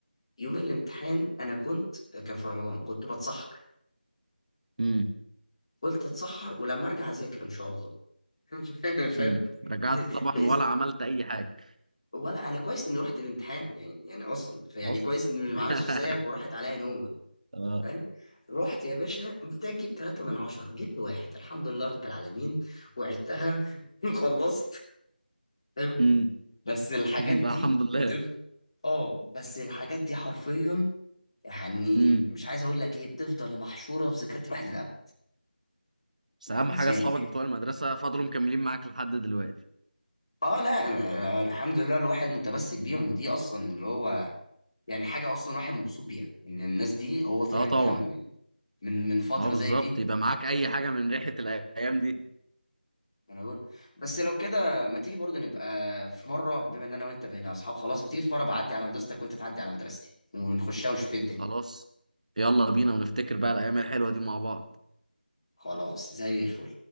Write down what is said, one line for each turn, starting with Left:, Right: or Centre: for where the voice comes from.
Left: يوم الامتحان انا كنت كان في رمضان كنت بتسحر
Right: امم
Left: قلت اتسحر ولما ارجع اذاكر ان شاء الله <laughs> فاهم
Right: امم رجعت
Left: ب-
Right: طبعا
Left: بإذن
Right: ولا عملت أي حاجة
Left: ولا انا كويس اني رحت الامتحان يعني يعني اصلا يعني
Right: أصلا
Left: كويس اني
Right: <laughs>
Left: ما عملتش زيك وراحت عليا نوم
Right: اه
Left: فاهم رحت يا باشا محتاج اجيب ثلاثة من عشرة جبت واحد الحمد لله رب العالمين وعدتها <laughs> خلصت فاهم
Right: امم
Left: بس الحاجات
Right: <laughs>
Left: دي
Right: لا الحمد لله
Left: بتفضل اه بس الحاجات دي حرفيا يعني
Right: امم
Left: مش عايز اقول لك ايه بتفضل محشورة في ذاكرة الواحد للأبد
Right: بس اهم
Left: بالنسبة
Right: حاجه اصحابك
Left: لي يعني
Right: بتوع المدرسه فضلوا مكملين معاك لحد دلوقتي
Left: اه لا أنا- الحمد لله الواحد متمسك بيهم ودي اصلا اللي هو يعني حاجة اصلا الواحد مبسوط بيها ان الناس دي هو طلع
Right: اه طبعا
Left: بيها من من من فترة
Right: اه بالظبط
Left: زي دي
Right: يبقى معاك اي حاجه من ريحه الايام دي
Left: انا اقول بس لو كده ما تيجي برضه نبقى في مره بما ان انا وانت بقينا اصحاب خلاص ما تيجي في مره بعدي على مدرستك وانت تعدي على مدرستي ونخشها ونشوف ايه الدنيا
Right: خلاص يلا بينا ونفتكر بقى الايام الحلوه دي مع بعض
Left: خلاص زي الفل